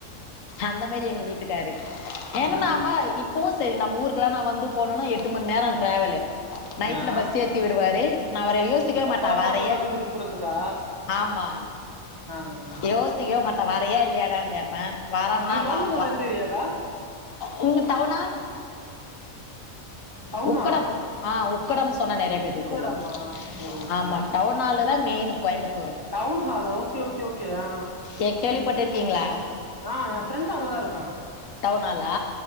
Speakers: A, on the left; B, on the right.
A: அந்த மாரி எங்க வீட்டுக்காரு எங்கம்மா
B: ஆ
A: <unintelligible> இப்பவு சரி நம்ம ஊருக்குல்லா நா வந்து போனேனா எட்டு மணி நேர ட்ராவலு நைட்ல
B: ஆ
A: பஸ் ஏத் ஏத்திவுடுவாரு நா அவர யோ யோசிச்க்க
B: ஓ
A: மாட்டா
B: கோயம்புத்தூர்ல
A: வாரயே
B: இருந்து விழுப்புரத்துக்கா
A: ஆமா
B: ஆ ஆ.
A: யோசிச்சீ <unintelligible> மாட்டன் வாரயா இல்லையாடான்னு கேப்பே வரேன்னா
B: நீ கோயம்புத்தூர்ல
A: வா வா
B: எந்த ஏரியாக்கா
A: நீங்க டவுனா
B: டவுனாவா
A: உக்கடம் அ உக்கடம் சொன்னா நெறைய பேத்துக்கு
B: உக்கடமா
A: தெரியு
B: ஓ ஓகே
A: ஆமா
B: ஓகே
A: டவுனால தான் மெயின் கோயம்பத்தூர்
B: டவுன் ஹால ஓகே ஓகே ஓகே அ
A: ஏ கேள்விப்பட்டிருக்கீங்களா
B: அ என் ஃப்ரெண்ட் அங்கதா இருக்கா
A: டவுனாலா